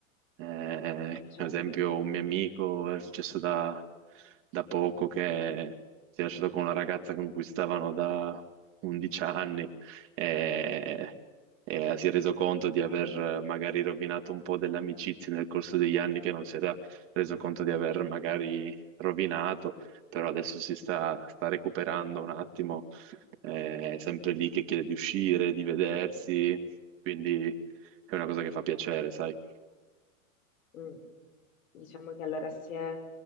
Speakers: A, on the right; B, on the left.
A: Eh,
B: certo,
A: per esempio,
B: certo.
A: un mio amico è successo da, da poco che si è lasciato con una ragazza con cui stavano da 11 anni e, e si è reso conto di aver
B: Cavolo.
A: magari rovinato un po' delle amicizie nel corso degli anni che non si era reso conto di aver magari rovinato, però adesso si sta, sta recuperando un attimo, eh, è sempre lì che chiede di uscire, di vedersi, quindi è una cosa che fa piacere, sai?
B: Mm. Diciamo che allora si è,